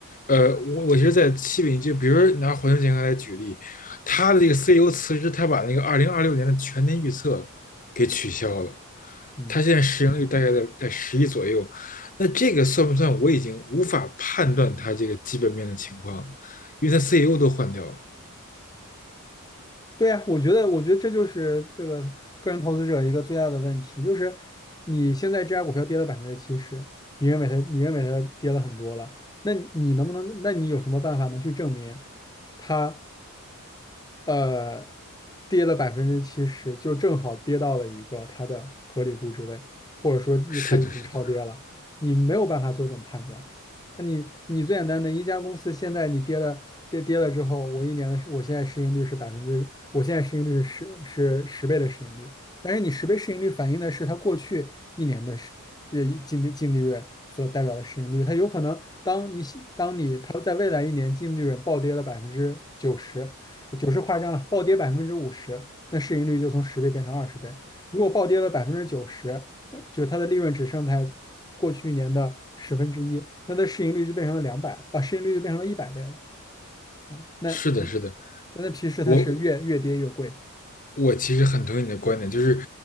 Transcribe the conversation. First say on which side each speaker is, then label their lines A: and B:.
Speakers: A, on the left; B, on the left.
A: 呃，我我其实，在西北，就比如说拿环球健康来举例，他的这个 CEO 辞职，他把那个二零二六年的全年预测给取消了，
B: 嗯，
A: 他现在市盈率大概在在十亿左右，那这个算不算？我已经无法判断他这个基本面的情况，因为他 CEO 都换掉了。
B: 对呀，我觉得，我觉得这就是这个个人投资者一个最大的问题，就是你现在这家股票跌了百分之七十，你认为它，你认为它跌了很多了，那你能不能，那你有什么办法能去证明？它？呃，跌了百分之七十，就正好跌到了一个它的合理估值位，或者说它已经超跌了，
A: 是的，是的，
B: 你没有办法做这种判断。那你你最简单的一家公司，现在你跌了跌跌了之后，我一年的我现在市盈率是百分之，我现在市盈率是十是十倍的市盈率，但是你十倍市盈率反映的是它过去一年的市呃净利净利润所代表的市盈率，它有可能当你当你它在未来一年净利润暴跌了百分之九十。九十夸张了，暴跌百分之五十，那市盈率就从十倍变成二十倍。如果暴跌了百分之九十，那就是它的利润只剩在过去一年的十分之一，那它的市盈率就变成了两百，啊，市盈率就变成了一百倍了啊。那嗯，
A: 是的，是的，
B: 但那其实它是越越跌越贵，
A: 我我其实很同意你的观点，就是